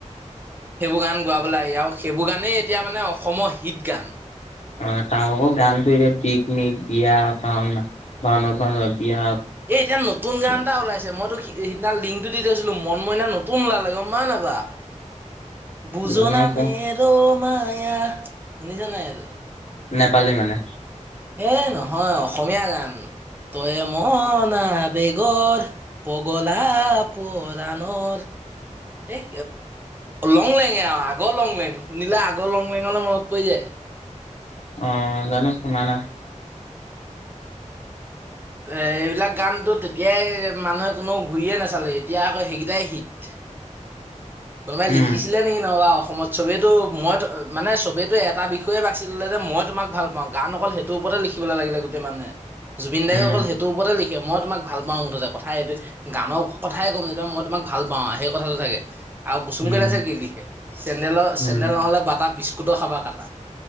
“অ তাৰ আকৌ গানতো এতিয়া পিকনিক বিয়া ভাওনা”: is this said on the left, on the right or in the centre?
Left